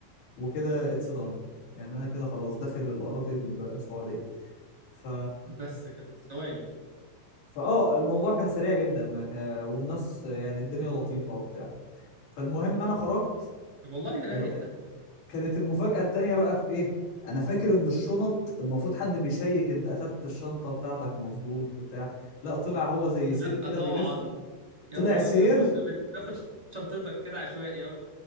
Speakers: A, on the left (about 70°); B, on the right (about 20°).
A: وكده اتس دان يعني أنا كده خلاص داخل الأراضي السعودية ف
B: بس كده في ثواني
A: فآه الموضوع كان سريع جدا ما ك... والناس يعني الدنيا لطيفة وبتاع فالمهم أنا خرجت
B: طب والله رايق
A: آه،
B: ده
A: كانت المفاجأة التانية بقى في إيه؟ أنا فاكر إن الشنط المفروض حد بيشيك أنت أخدت الشنطة بتاعتك مظبوط بتاع لا طلع هو زي
B: لا
A: سير كده
B: طبعا
A: بيلف
B: يا
A: طلع
B: نهار
A: سير
B: ابيض وانت بتاخد شنطتك كده عشوائي اه